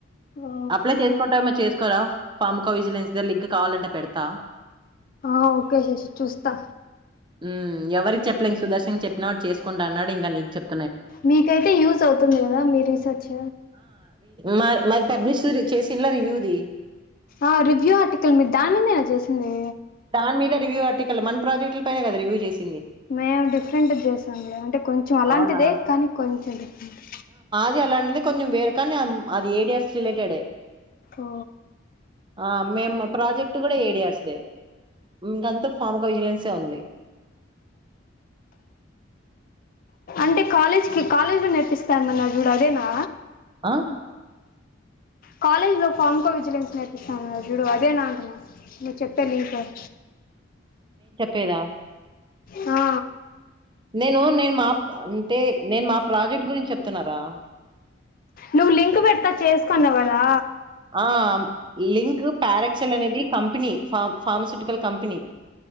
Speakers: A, on the left; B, on the right.
A: ఓ
B: అప్లై చేసుకుంటా ఏమో చేసుకోరా ఫామ్ కా విజిలెన్స్ దా లింక్ కావాలంటే పెడతా
A: హా ఓకే శశి చూస్తా
B: హు ఎవరి కి చెప్పలేం సుదర్శన్ కి చెప్పిన వాడు చేసుకుంట అన్నాడు ఇంకా నీకు చెప్త
A: మీకైతే యూజ్ అవుతుంది కా గా మీ రీసెర్చ్
B: మా మాది పబ్లిషు చేసలా రివ్యూది
A: ఆ రివ్యూ ఆర్టికల్ మీ దాన్ని మీనే చేసింది
B: దాని మీద రివ్యూ ఆర్టికల్ మన ప్రాజెక్టుల పైన కదా రివ్యూ చేసి
A: మేము డిఫరెంట్ చేసాములే అంటే కొంచెం అలాంటిదే
B: అవునా?
A: కానీ కొంచెం డిఫరెంట్
B: ది అలాంటిది కొంచెం వేరు కానీ అది ఏడియాస్ రిలేటెడ్
A: ఓ
B: ఆ మేము ప్రాజెక్ట్ కూడా ఏడియర్స్ దే ఇంకంతా పాాముగా విజిలెన్సే ఉంది
A: అంటే కాలేజ్ కి కాలేజ్ లో నేర్పిస్తామన్నా చూడు అదేనా
B: ఆ
A: కాలేజ్ లో ఫామ్ కు విజిలెన్స్ నేర్పిస్తానుజుడు అదే నా అంటున్నా నువ్వు చెప్పే లిజర్
B: పేద
A: ఆ
B: నేను నేను మా అంటే నేను మా ప్రాజెక్ట్ గురించి చెప్తున్నారా
A: నువ్వు లింక్ పెడతా చేసుకో అన్నావ్ కదా
B: ఆ లింక్ ప్యారాక్సల్ అనేది company పర్మ pharmaceutical company